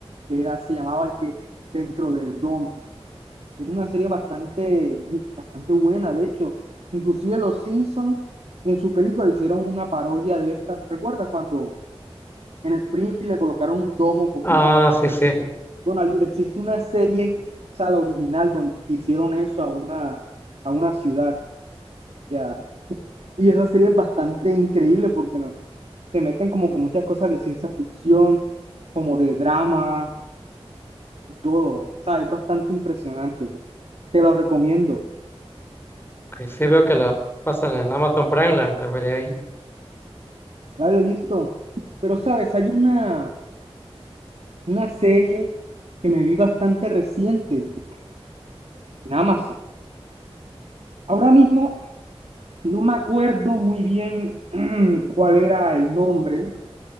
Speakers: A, on the right; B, on the left.
A: que era, se llamaba que Dentro del Domo. Es una serie bastante, bastante buena, de hecho. Inclusive los Simpsons en su película hicieron una parodia de esta. ¿Recuerdas cuando en Springfield le colocaron un domo completo
B: Ah,
A: a la ciudad.
B: sí, sí.
A: Bueno, hay- existe una serie, o sea, la original, donde que hicieron eso a una, a una ciudad, ya. Y esa serie es bastante increíble porque no, se meten como que muchas cosas de ciencia ficción, como de drama y todo. O sea, es bastante impresionante. Te lo recomiendo.
B: Ok, sí veo que la pasan en Amazon Prime, la, la veré ahí.
A: Dale, listo. Pero, ¿sabes? Hay una, una serie que me vi bastante reciente en Amazon. Ahora mismo No me acuerdo muy bien mm, cuál era el nombre,